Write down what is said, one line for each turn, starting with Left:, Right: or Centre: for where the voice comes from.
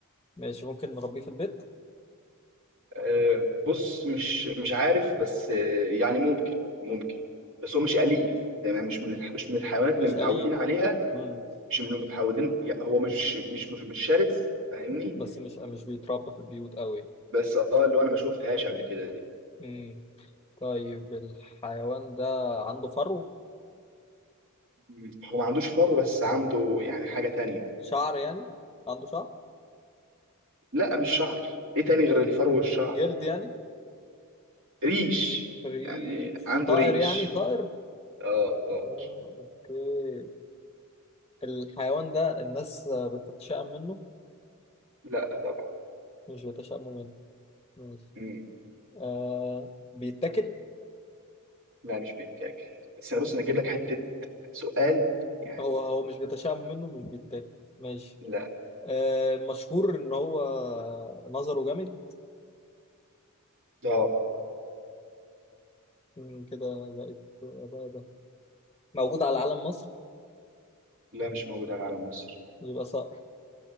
Left: ماشي ممكن نربيه في البيت
Right: آه، بص مش مش عارف بس آه، يعني ممكن ممكن بس هو مش أليف تمام مش من الح- مش من الحيوانات
Left: مش
Right: اللي متعودين
Left: أليف
Right: عليها
Left: مم.
Right: مش من اللي متعودين يعني هو مش مش مش مش شرس فاهمني
Left: بس مش مش بيتربى في البيوت قوي
Right: بس اه اللي هو انا ما شفتهاش قبل كده دي
Left: مم. طيب الحيوان ده عنده فرو
Right: مم. هو ما عندوش فر بس عنده يعني حاجة تانية
Left: شعر يعني عنده شعر
Right: لا مش شعر ايه تاني غير
Left: آه.
Right: الفر والشعر
Left: جلد يعني
Right: ريش
Left: ريش
Right: يعني عنده
Left: طائر
Right: ريش
Left: يعني طائر
Right: اه اه
Left: آه. اوكي الحيوان ده الناس آه، بتتشائم منه
Right: لا طبعا
Left: مش بيتشائموا منه ماشي
Right: مم.
Left: آه. بيتاكل
Right: لا مش بيتاكل بس انا بص انا اجيب لك حتة سؤال يعني
Left: هو هو مش بيتشائم منه مش بيتاكل ماشي
Right: لا
Left: آه. مشهور ان هو نظره جامد
Right: اه
Left: مم، كده بقت بقى ده موجود على علم مصر
Right: لا مش موجود على علم مصر
Left: يبقى صقر